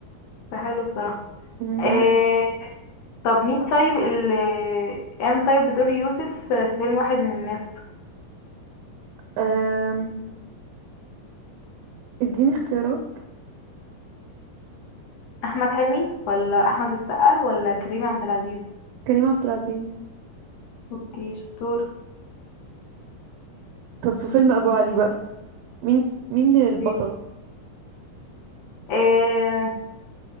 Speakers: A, on the left; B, on the right.
A: فحلو بصراحة
B: مم،
A: إيه
B: بحبه
A: طب مين طيب اللي قام طيب بدور يوسف في فيلم واحد من الناس
B: أم... اديني اختيارات
A: احمد حلمي ولا احمد السقا ولا كريم عبد العزيز
B: كريم عبد العزيز
A: اوكي شطور
B: طب في فيلم ابو علي بقى مين مين البطلة
A: اوكي. إيه